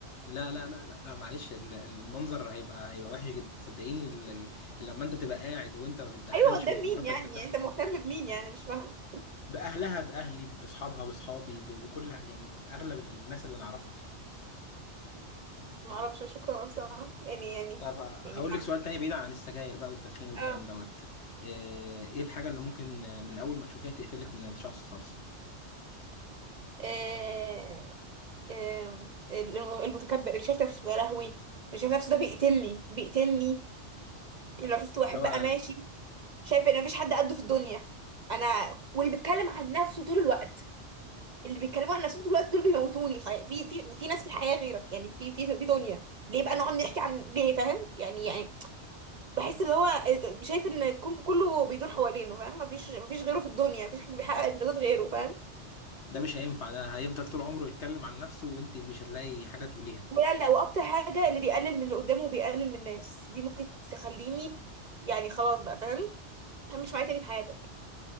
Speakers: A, on the left (about 70°); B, on the right (about 50°).
A: لا لا لا لا, لا معلش ال- المنظر هيبقى هيبقى وحش جدا صدقيني ال- ال- لما انت تبقى قاعد وانت ما بتدخنش
B: ايوه قدام
A: ومراتك
B: مين يعني
A: بتدخن
B: يعني انت مهتم بمين يعني مش فاهم
A: باهلها باهلي باصحابها باصحابي ب- بكل يعني اغلب الناس اللي نعرفهم يعني
B: ما اعرفش شكرا بصراحة يعني يعني
A: طب
B: يعني
A: هقول
B: ما اعرف
A: لك سؤال تاني بعيد عن السجاير بقى والتدخين والكلام
B: اه
A: دوت آه، ايه الحاجة اللي ممكن من اول ما تشوفيها تقفلك من الشخص خالص
B: آه. آم، المتكبر اللي شايف نفسه يا لهوي اللي شايف نفسه ده بيقتلني بيقتلني يعني لو شفت واحد
A: اللي هو
B: بقى ماشي شايف ان مفيش حد قده في الدنيا انا واللي بيتكلم عن نفسه طول الوقت اللي بيتكلموا عن نفسهم طول الوقت دول بيموتوني خي- في في في ناس في الحياة غيرك يعني في في في دنيا ليه بقى نقعد نحكي عن ليه فاهم يعني يعني بحس اللي هو آه، آه، شايف ان الكون كله بيدور حوالينه فاهم مفيش مفيش غيره في الدنيا مفيش حد بيحقق انجازات غيره فاهم
A: ده مش هينفع ده هيفضل طول عمره يتكلم عن نفسه وانت مش هتلاقي حاجة تقوليها
B: ولا لا واكتر حاجه اللي بيقلل من اللي قدامه وبيقلل من الناس دي ممكن تخليني يعني خلاص بقى فاهم ما تعملش معايا تاني في حياتك يعني.